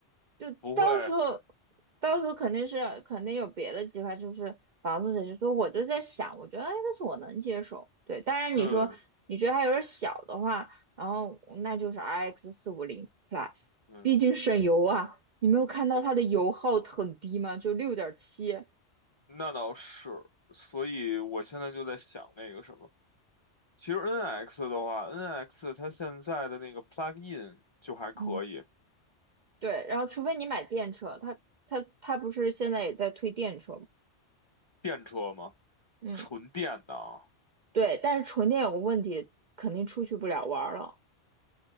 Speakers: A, on the right; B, on the left.
A: 就到时候，
B: 不会，
A: 到时候肯定是肯定有别的计划，就是房子这些。说我就在想，我觉得哎，但是我能接受。对，当然你说你觉得它有点小的话，
B: 对
A: 然后那就是 RX 四五零 Plus，
B: 对
A: 毕竟省油啊。你没有看到它的油耗很低吗？
B: 对，
A: 就六点七。
B: 那倒是，所以我现在就在想那个什么。其实 NX 的话，NX 它现在的那个 plug-in 就还可以，
A: 嗯，对，然后除非你买电车，它它它不是现在也在推电车吗？
B: 电车嘛，
A: 嗯，
B: 纯电的啊。
A: 对，但是纯电有个问题，肯定出去不了玩儿了。